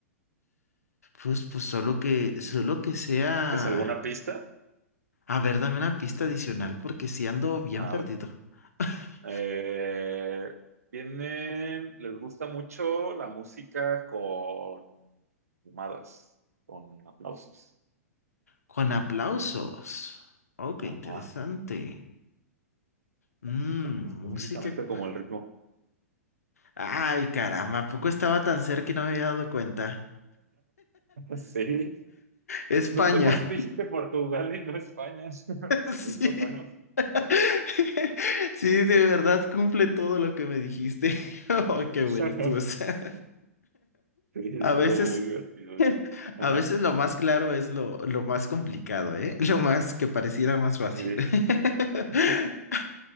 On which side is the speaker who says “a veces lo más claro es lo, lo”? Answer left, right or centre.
Left